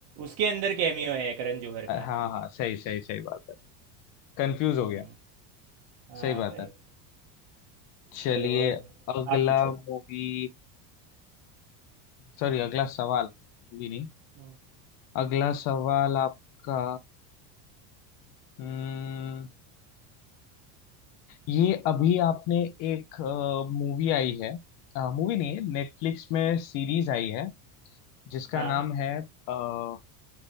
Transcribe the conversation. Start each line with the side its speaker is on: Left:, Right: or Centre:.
Right: उसके अंदर कैमियो है करण जौहर
Left: है
Right: का
Left: हाँ हाँ सही सही सही बात है कंफ्यूज हो
Right: हम्म
Left: गया
Right: हाँ
Left: सही बात
Right: भाई
Left: है चलिए
Right: चलो अब
Left: अगला
Right: आप पूछो
Left: मूवी सॉरी अगला सवाल मूवी नहीं
Right: हम्म,
Left: अगला सवाल आपका हम्म, ये अभी आपने एक मूवी आई है मूवी नहीं है नेटफ्लिक्स में सीरीज आई है जिसका
Right: हाँ
Left: नाम है अ,